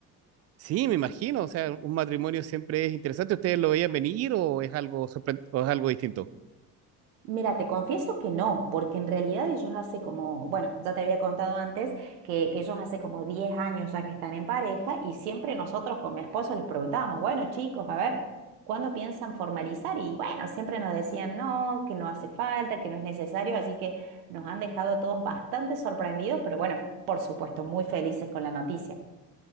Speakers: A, on the right; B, on the right.
A: Sí, me imagino, o sea, un matrimonio siempre es interesante. ¿Ustedes lo veían venir o es algo sorpre- o es algo distinto?
B: Mira, te confieso que no, porque en realidad ellos hace como, bueno, ya te había contado antes que ellos hace como 10 años ya que están en pareja y siempre nosotros con mi esposo les preguntábamos, bueno, chicos, a ver, ¿cuándo piensan formalizar? Y bueno, siempre nos decían no, que no hace falta, que no es necesario, así que nos han dejado a todos bastante sorprendidos, pero bueno, por supuesto, muy felices con la noticia.